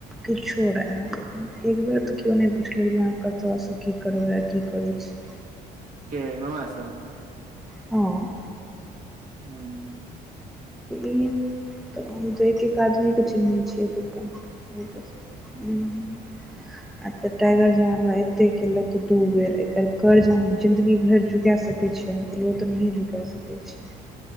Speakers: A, in the centre; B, on the right.
A: किछो रहय लेकिन एक बेर त केओ नहि पुछलक जे अहाँ कतयसँ की करबै आ की करै छी
B: के मामा सब
A: हँ
B: हूँ
A: ई त हम त एक एक आदमी के चिन्हैछियै एतुका <unintelligible> आ त टाइगर झा हमरा एते केलक दू बेर एकर कर्ज हम जिन्दगी भरि चुका सक छै कहलीय ओ त नहिए झुका सकै छै